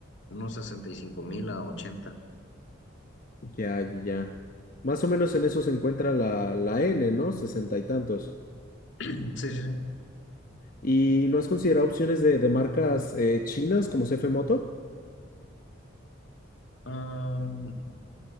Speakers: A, on the left; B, on the left.
A: unos sesenta y cinco mil a ochenta.
B: Ya, ya. ya. Más o menos en eso se encuentra la, la N, ¿no? Sesenta y tantos.
A: <clears throat> Sí, sí,
B: ¿Y no has considerado opciones de, de marcas eh, chinas como CF Moto?
A: sí.